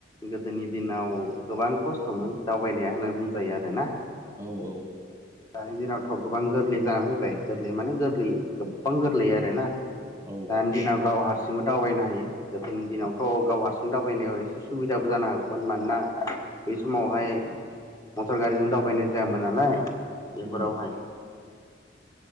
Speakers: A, on the left; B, on the right.
A: गोदोनि दिनाव अ' गोबां खस्थ'मोन दावबायनाया होनना बुंजायो आरोना।
B: औ औ
A: दानि दिनावथ' गोबां गोरलै जानानै फैबाय गोरलै माने गोरलै गोबां गोरलै आरोना।
B: औ
A: दानि दिनाव गाव हारसिंबो दावबायनो हायो। गोदोनि दिनावथ'
B: उम
A: गाव हारसिं दाव बायनायाव एसे सुबिदाबो जानो हागौमोन। मानोना बै समावहाय मटर गारिजों दावबायनाय जायामोन नालाय बेफोरावहाय।
B: उम